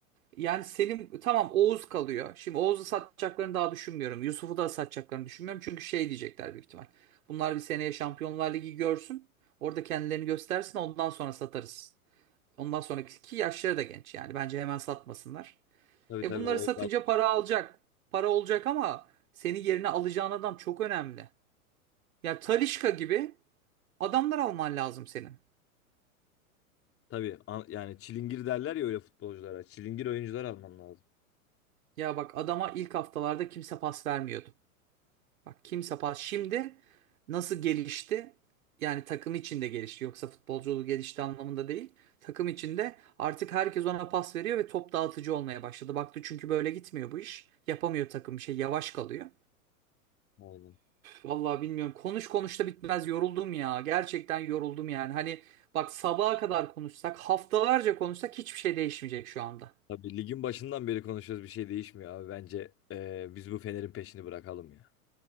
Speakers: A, on the right (about 65°); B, on the left (about 30°).
A: Yani Selim tamam Oğuz kalıyor. Şimdi Oğuz'u satacaklarını daha düşünmüyorum. Yusuf'u da satacaklarını düşünmüyorum. Çünkü şey diyecekler büyük ihtimal. Bunlar bir seneye Şampiyonlar Ligi görsün. Orada kendilerini göstersin ondan sonra satarız. Ondan sonraki ki yaşları da genç yani. Bence hemen satmasınlar.
B: Tabii
A: E
B: tabii
A: bunları
B: o
A: satınca para alacak. Para olacak ama seni yerine alacağın adam çok önemli. Ya Talisca gibi adamlar alman lazım senin.
B: Tabii an- yani çilingir derler ya öyle futbolculara. Çilingir oyuncular alman lazım.
A: Ya bak adama ilk haftalarda kimse pas vermiyordu. Bak kimse pas. Şimdi nasıl gelişti? Yani takım içinde gelişti. Yoksa futbolculuğu gelişti anlamında değil. Takım içinde artık herkes ona pas veriyor ve top dağıtıcı olmaya başladı. Baktı çünkü böyle gitmiyor bu iş. Yapamıyor takım bir şey. Yavaş kalıyor.
B: Aynen.
A: Vallahi bilmiyorum. Konuş konuş da bitmez. Yoruldum ya. Gerçekten yoruldum yani. Hani bak sabaha kadar konuşsak, haftalarca konuşsak hiçbir şey değişmeyecek şu anda.
B: Tabii ligin başından beri konuşuyoruz bir şey değişmiyor abi. Bence eee, biz bu Fener'in peşini bırakalım ya.